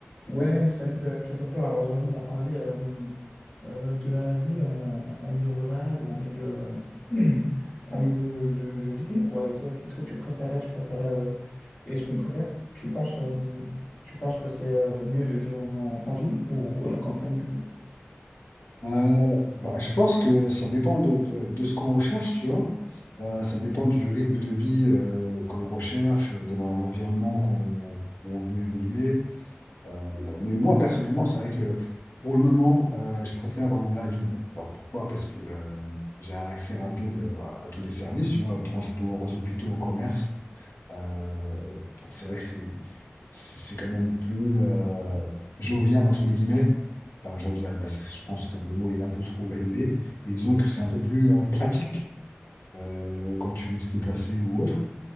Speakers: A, on the left; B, on the left.
A: Ouais, salut euh, Christopher. Alors aujourd'hui, on va parler euh, euh, de la vie en, en milieu rural ou en milieu, euh, <clears throat> en milieu de, de ville, quoi. Et toi, qu'est-ce que tu préférais? Tu préférais, euh, est-ce qu'on préfère? Tu penses, euh, tu penses que c'est euh, mieux de vivre en, en ville ou à la campagne, du coup?
B: Euh, bah, je pense que ça dépend de, de, de ce qu'on recherche, tu vois. Euh, ça dépend du rythme de vie euh, que l'on recherche, de l'en- l'environnement qu'on, où on veut évoluer. Euh, mais moi, personnellement, c'est vrai que pour le moment, euh, je préfère euh, la ville. Alors pourquoi? Parce que euh, j'ai un accès rapide euh, à, à tous les services, tu vois, au transport, aux hôpitaux, au commerce. Euh, donc c'est vrai que c'est c'est c'est quand même plus euh, jovial, entre guillemets. Pas jovial, là, c'est- je pense que c'est- le mot est un peu trop élevé, mais disons que c'est un peu plus euh, pratique euh, quand tu veux te déplacer ou autre.